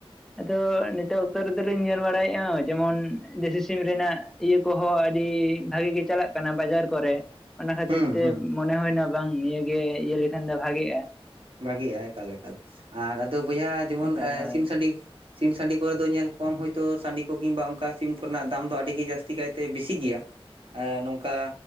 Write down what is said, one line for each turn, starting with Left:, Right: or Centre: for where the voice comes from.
Centre: ᱟᱫᱚ ᱱᱤᱛᱳᱜ ᱚᱠᱛᱚ ᱨᱮᱫᱚ ᱞᱤᱧ ᱧᱮᱞ ᱵᱟᱲᱟᱭᱮᱫᱼᱟ᱾ ᱡᱮᱢᱚᱱ ᱫᱮᱥᱤ ᱥᱤᱢ ᱨᱮᱱᱟᱜ ᱤᱭᱟᱹ ᱠᱚ ᱦᱚᱸ ᱟᱹᱰᱤ ᱵᱷᱟᱜᱮ ᱜᱮ ᱪᱟᱞᱟᱜ ᱠᱟᱱᱟ ᱵᱟᱡᱟᱨ ᱠᱚᱨᱮ ᱾ ᱚᱱᱟ ᱠᱷᱟᱹᱛᱤᱨ
Right: ᱦᱩᱸ
Centre: ᱛᱮ
Right: ᱦᱩᱸ
Centre: ᱢᱚᱱᱮ ᱦᱩᱭᱱᱟ ᱵᱟᱝ ᱱᱤᱭᱟᱹᱜᱮ ᱤᱭᱟᱹ ᱞᱮᱠᱷᱟᱱ ᱫᱚ ᱵᱷᱟᱜᱮᱜᱼᱟ᱾
Right: ᱵᱷᱟᱜᱮᱜᱼᱟ ᱮᱠᱟᱞ ᱮᱠᱟᱞ ᱟᱨ ᱟᱫᱚ ᱵᱚᱭᱦᱟ ᱡᱮᱢᱚᱱ
Centre: ᱮᱠᱟᱞ ᱦᱳᱭ
Right: ᱥᱤᱢ ᱥᱟᱰᱤ ᱥᱤᱢ ᱥᱟᱺᱰᱤ ᱠᱚᱨᱮ ᱫᱚ ᱧᱮᱞ ᱠᱚᱢ ᱦᱚᱭ ᱛᱳ ᱥᱟᱺᱰᱤ ᱠᱚ ᱠᱤᱢᱵᱟ ᱚᱝᱠᱟ ᱥᱤᱢ ᱠᱚᱨᱮ ᱱᱟᱜ ᱫᱟᱢ ᱫᱚ ᱟᱹᱰᱤ ᱜᱮ ᱡᱟᱹᱥᱛᱤ ᱠᱟᱭ ᱛᱮ ᱵᱤᱥᱤ ᱜᱮᱭᱟ᱾ ᱟᱨ ᱱᱚᱝᱠᱟ,